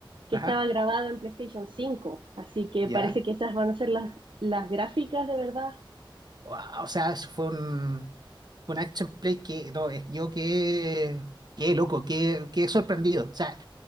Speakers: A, on the right; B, on the right.
A: que
B: Ajá,
A: estaba grabado en PlayStation cinco, así que
B: ya.
A: parece que esas van a ser las, las gráficas de verdad. <laughs>
B: Guau, O sea, eso fue un, fue un action play que, no, es- yo qué, qué loco, qué, qué sorprendido. O sea,